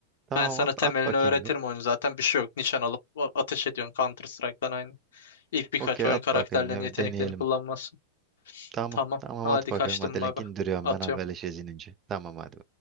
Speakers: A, on the right; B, on the left.
A: tamam
B: Ben sana
A: at
B: temelini
A: at bakayım
B: öğretirim
A: bir.
B: oyunu zaten. Bir şey yok. Nişan alıp a- ateş ediyorsun Counter Strike'dan aynı. İlk birkaç
A: Okey
B: oyun
A: at
B: karakterlerin
A: bakayım ya
B: yeteneklerini
A: bir deneyelim.
B: kullanmazsın.
A: Tamam
B: Tamam.
A: tamam
B: Hadi
A: at bakayım
B: kaçtım
A: hadi
B: baba.
A: link indiriyorum
B: Atıyorum.
A: ben haberleşeceğiz inince. Tamam hadi.